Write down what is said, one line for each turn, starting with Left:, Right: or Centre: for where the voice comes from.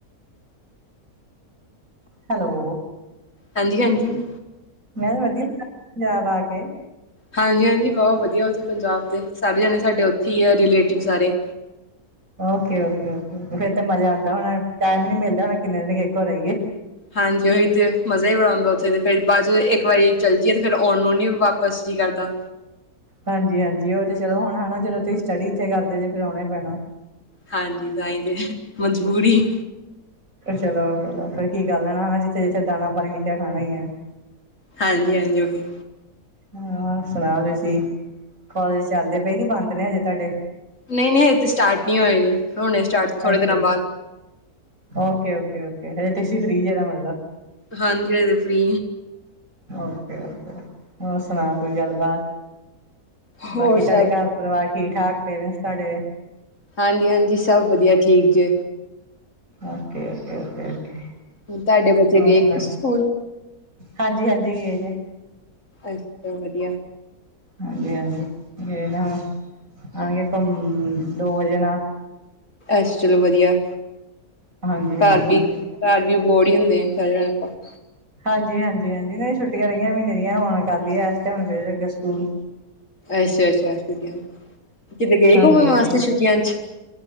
Right: ਹੈਲੋ
Left: ਹਾਂਜੀ ਹਾਂਜੀ
Right: ਮੈਂ ਵਧੀਆ ਲੱ ਪੰਜਾਬ ਆ ਕੇ
Left: ਹਾਂਜੀ ਹਾਂਜੀ ਬਹੁਤ ਵਧੀਆ ਉੱਥੇ ਪੰਜਾਬ ਦੇ ਸਾਰੇ ਜਾਣੇ ਸਾਡੇ ਉੱਥੇ ਹੀ ਆ ਰਿਲੇਟਿਵ ਸਾਰੇ
Right: ਓਕੇ ਓਕੇ ਓਕੇ ਫੇਰ ਤੇ ਮਜ਼ਾ ਆਉਂਦਾ ਹੋਣਾ ਟਾਈਮ ਹੀ ਨਹੀਂ ਮਿਲਦਾ ਹੋਣਾ ਕਿੰਨੇ ਦਿਨ ਕਿਕ ਕੋ ਰਹੀਏ
Left: ਹਾਂਜੀ ਉਹੀ ਤੇ ਮਜ਼ਾ ਹੀ ਬੜਾ ਆਉਂਦਾ ਉੱਥੇ ਤੇ ਫੇਰ ਬਾਅਦ ਜਦੋਂ ਇੱਕ ਵਾਰੀ ਚੱਲ ਜਈਏ ਤੇ ਫੇਰ ਆਉਣ ਨੂੰ ਨੀ ਵਾਪਸ ਜੀ ਕਰਦਾ
Right: ਹਾਂਜੀ ਹਾਂਜੀ ਉਹ ਤੇ ਚਲੋ ਹੁਣ ਹਨਾ ਜਦੋਂ ਤੁਸੀਂ ਸਟੱਡੀ ਇੱਥੇ ਕਰਦੇ ਜੇ ਫਿਰ ਆਉਣਾ ਹੀ ਪੈਣਾ
Left: ਹਾਂਜੀ ਤਾਂਹੀ ਤੇ ਮਜਬੂਰੀ
Right: ਚਲੋ ਫੇਰ ਕੀ ਗੱਲ ਹੈ ਨਾ ਜਿੱਥੇ ਜਿੱਥੇ ਦਾਣਾ ਪਾਣੀ ਲਿਖਿਆ ਖਾਣਾ ਹੀ ਹੈ
Left: ਹਾਂਜੀ ਹਾਂਜੀ ਉ
Right: ਹਾਂ ਸੁਣਾਓ ਤੁਸੀਂ ਕੋਲਜ ਚੱਲਦੇ ਪਏ ਕਿ ਬੰਦ ਨੇ ਹਜੇ ਤੁਹਾਡੇ
Left: ਨਹੀਂ ਨਹੀਂ ਹਜੇ ਤੇ ਸਟਾਰਟ ਨਹੀਂ ਹੋਏ ਜੇ ਹੋਣੇ ਸਟਾਰਟ ਥੋੜ੍ਹੇ
Right: ਅੱਛਾ।
Left: ਦਿਨਾਂ ਬਾਅਦ
Right: ਓਕੇ ਓਕੇ ਓਕੇ ਹਜੇ ਤੁਸੀਂ ਫ੍ਰੀ ਜੇ ਏਦਾ ਮਤਲਬ
Left: ਹਾਂਜੀ ਹਜੇ ਤੇ ਫ੍ਰੀ
Right: ਓਕੇ ਓਕੇ ਹੋਰ ਸੁਣਾ ਕੋਈ ਗੱਲ ਬਾਤ ਬਾਕੀ
Left: ਹੋਰ
Right: ਤੁਹਾਡੇ
Left: ਸਭ
Right: ਘਰ ਪਰਿਵਾਰ ਠੀਕ ਠਾਕ ਪੇਰੈਂਟਸ ਤੁਹਾਡੇ
Left: ਹਾਂਜੀ ਹਾਂਜੀ ਸਭ ਵਧੀਆ ਠੀਕ ਜੇ
Right: ਓਕੇ ਓਕੇ ਓਕੇ ਓਕੇ
Left: ਹੁਣ ਤੁਹਾਡੇ ਬੱਚੇ
Right: ਹੋਰ
Left: ਗਏ
Right: ਸੁਣਾ
Left: ਸਕੂਲ
Right: ਹਾਂਜੀ ਹਾਂਜੀ ਗਏ ਦੇ
Left: ਅੱਛਾ ਵਧੀਆ
Right: ਹਾਂਜੀ ਹਾਂਜੀ ਗਏ ਨਾ ਆਂਗੇ ਘਮ ਦੋ ਵਜੇ ਨਾਲ
Left: ਅਛ ਚਲੋ ਵਧੀਆ
Right: ਹਾਂਜੀ ਹਾਂਜੀ
Left: ਘਰ
Right: ਹਾਂਜੀ
Left: ਵੀ ਘਰ ਵੀ ਬੋਰ ਹੀ ਹੁੰਦੇ ਐ ਸਾਰਾ ਦਿਨ ਹ <unintelligible>
Right: ਹਾਂਜੀ ਹਾਂਜੀ ਹਾਂਜੀ ਨਹੀਂ ਛੁਟੀਆਂ ਰਹੀਆਂ ਮਹੀਨੇ ਦੀਆਂ ਹੋਣ ਕਰ ਲੀ ਐਸ਼ ਹੁਣ ਫੇਰ ਅੱਗੇ ਸਕੂਲ
Left: ਅੱਛਾ ਅੱਛਾ ਛੁੱਟੀਆਂ ਕਿਤੇ ਗਏ
Right: ਹਾਂਜੀ
Left: ਘੁੰਮਣ
Right: ਹਾਂਜੀ
Left: ਵਾਸਤੇ ਛੁੱਟੀਆਂ ਚ